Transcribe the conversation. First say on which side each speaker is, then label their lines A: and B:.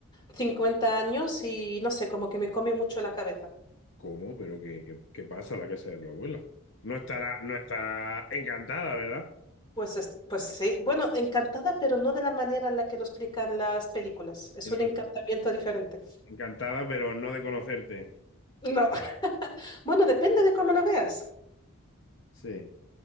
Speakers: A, on the left (about 20°); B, on the left (about 55°).
A: 50 años y no sé, como que me come mucho la cabeza.
B: ¿Cómo? ¿Pero qué, qué, qué pasa en la casa de tu abuela? No estará, no estará encantada, ¿verdad?
A: Pues, es- pues sí, bueno, encantada, pero no de la manera en la que lo explican las películas. Es
B: Sino
A: un encantamiento diferente.
B: Encantada, pero no de conocerte.
A: No, <laughs> bueno, depende de cómo lo veas.
B: Sí.